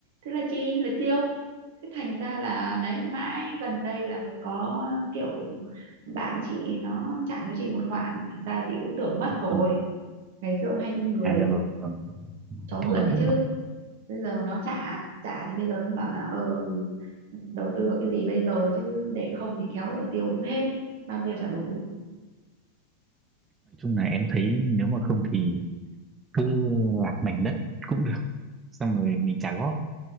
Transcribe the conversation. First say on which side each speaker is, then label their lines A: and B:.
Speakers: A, on the right (about 50°); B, on the right (about 20°).
A: thế là chi là tiêu thế thành ra là đấy mãi gần đây là mới có kiểu bạn chị nó trả cho chị một khoản thực ra chị cũng tưởng mất
B: dạ
A: rồi
B: vâng.
A: ngày xưa cũng hay tin người
B: À dạ vâng, vâng.
A: cho mượn
B: dạ vâng,
A: đấy
B: dạ
A: chứ
B: vâng.
A: bây giờ nó trả trả thì bây giờ mới bảo là ờ đầu tư vào cái gì bây giờ chứ để không thì khéo lại tiêu cũng hết bao nhiêu chả đủ
B: Nói chung là em thấy nếu mà không thì cứ lạc mảnh đất cũng được, xong rồi mình trả góp.